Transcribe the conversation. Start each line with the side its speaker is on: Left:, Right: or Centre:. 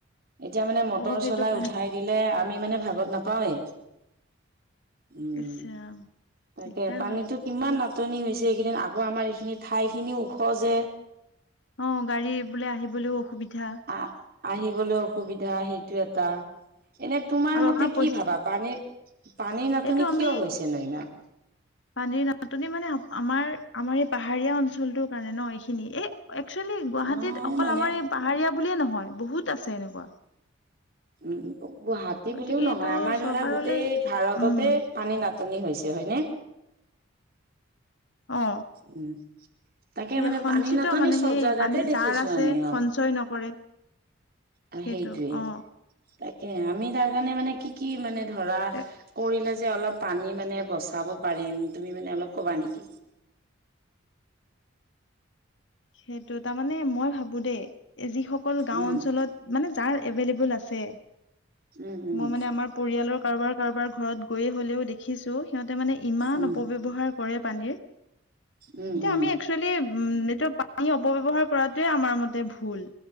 Right: এতিয়া মানে মটৰ
Left: অ সেইটো
Right: চলাই
Left: কাৰণে
Right: উঠাই দিলে আমি মানে ভাগত নাপাওৱেই উম
Left: ইচ ৰাম
Right: তাকে
Left: দিগদাৰ
Right: পানীতো
Left: হয়
Right: কিমান নাটনি হৈছে এইকেইদিন আকৌ আমাৰ এইখিনি ঠাই খিনিও ওখ যে
Left: অঁ গাড়ী বোলে আহিবলৈও অসুবিধা
Right: আহ আহিবলৈ অসুবিধা সেইটো এটা এনে তোমাৰ
Left: আৰু
Right: মতে
Left: আপোনাৰ পইচা
Right: কি ভাবা পানীৰ পানীৰ নাটনি
Left: এইটো
Right: কিয়
Left: আমি
Right: হৈছে নো ইমান।
Left: পানীৰ নাটনি মানে আমাৰ আমাৰ এই পাহাৰীয়া অঞ্চলটোৰ কাৰণে ন এইখিনি। এই একচুৱেলি গুৱাহাটীত
Right: নহয়
Left: অকল
Right: মানে
Left: আমাৰ এই পাহাৰীয়া বুলিয়ে নহয় বহুত আছে এনেকুৱা।
Right: উ গুৱাহাটী
Left: গতিকে
Right: বুলিও নহয়
Left: এইটো
Right: আমাৰ
Left: চৰকাৰলৈ
Right: ধৰা গোটেই ভাৰততে
Left: উম
Right: পানী নাত নাটনি হৈছে হয়নে?
Left: অ
Right: উম তাকে
Left: এই
Right: মানে
Left: সঞ্চিত
Right: পানী নাটনি
Left: মানে
Right: চব
Left: সেই
Right: জোগাতে
Left: পানী
Right: দেখিছো
Left: যাৰ আছে
Right: আমি আৰু।
Left: সঞ্চয় নকৰে
Right: অ
Left: সেইটো
Right: সেইটয়ে
Left: অ
Right: তাকে আমি তাৰ কাৰণে মানে কি কি মানে ধৰা
Left: তে
Right: কৰিলা যে অলপ পানী মানে বচাব পাৰিম তুমি মানে অলপ কবা নেকি?
Left: সেইটো তাৰমানানে মই ভাবো দেই যিসকল গাওঁ
Right: উম,
Left: অঞ্চলত
Right: উম,
Left: মানে যাৰ এভেলেবল আছে
Right: উম,
Left: মই মানে আমাৰ পৰিয়ালৰ কাৰোবাৰ কাৰোবাৰ ঘৰত গৈয়ে হ'লেও দেখিছোঁ সিহঁতে মানে ইমান
Right: উম,
Left: অপব্যৱহাৰ কৰে পানীৰ
Right: উম,
Left: তো
Right: উম,
Left: আমি এক্সুয়েলি এইটো আমি অপব্যৱহাৰ কৰাটোৱে আমাৰ মতে ভুল।